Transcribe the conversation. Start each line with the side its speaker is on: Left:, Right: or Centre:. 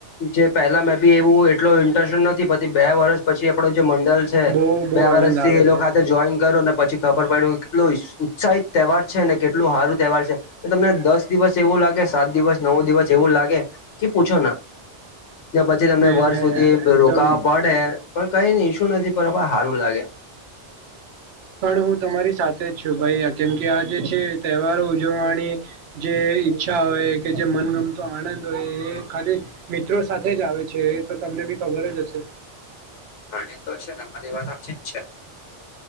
Left: જે પેલા મે બી એવું એટલો ઈન્ટરસ્ટેડ નથી પતી બે વર્ષ પછી આપડો જે મંડલ છે,
Right: બહુ બહુ
Left: બે
Right: આનંદ
Left: વર્ષથી
Right: આવે
Left: એ લોક
Right: છે
Left: હાથે જોઈન કરુને પછી ખબર પડ્યું કે કેટલું સ ઉત્સાહિત તહેવાર છે ને કેટલું હારું તહેવાર છે. એ તમને દસ દિવસ એવું લાગે, સાત દિવસ, નવ દિવસ એવું લાગે કે પૂછોના. યા પછી તમને
Right: ને
Left: વર્ષ
Right: એને
Left: સુધી
Right: એકદમ
Left: રોકાવા પડે પણ કઈની ઈશ્યુ નથી, પણ આપડ હારું લાગે.
Right: પણ હું તમારી સાથે જ છું ભઈ આ કેમ કે આ જે છે, તહેવારો ઉજવાણી જે ઈચ્છા હોય કે જે મનગમતો આનંદ હોય એ ખાલી મિત્રો સાથે જ આવે છે એ તો તમને બી ખબર જ હશે?
Left: હા, એ તો છે. તમારી વાત સાચી જ છે.